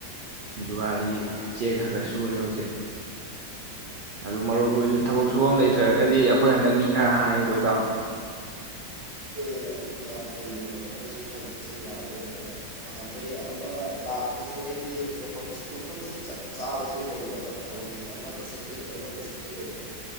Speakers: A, on the right (about 50°); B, on the left (about 25°).
A: ꯗꯨꯨꯒꯥꯂꯤ ꯆꯦꯛ ꯈꯔ ꯈꯔ ꯁꯨꯔꯦ ꯍꯧꯖꯤꯛ ꯑꯗꯨ ꯃꯔꯨꯞ ꯍꯣꯏꯁꯨ ꯊꯕꯛ
B: ꯍꯥꯏꯗꯤ
A: ꯁꯨꯐꯝ ꯂꯩꯇ꯭ꯔ ꯗꯤ ꯑꯩꯈꯣꯏ ꯍꯟꯗꯛ ꯃꯤ ꯈꯔ ꯍꯥꯡꯉꯤ ꯀꯣ ꯏꯇꯥꯎ
B: ꯑꯦ ꯑꯗꯨꯗꯤ ꯌꯥꯝ ꯐꯩꯅꯦ ꯃꯔꯨꯞ ꯑꯩꯁꯨ ꯊꯕꯛꯁꯤ ꯉꯥꯏꯕꯑꯣꯏꯅ ꯅꯍꯥꯟꯗꯩ ꯑꯃ ꯂꯥꯛꯄꯁꯦ ꯑꯩꯗꯤ ꯃꯐꯝ ꯃꯐꯝꯁꯤ ꯆꯞ ꯆꯥꯕꯕꯁꯤ ꯂꯩꯇꯕ ꯊꯕꯛꯁꯤ ꯑꯃꯗ ꯆꯠꯀꯅꯤ ꯑꯃꯗ ꯆꯠꯀꯅꯤꯕ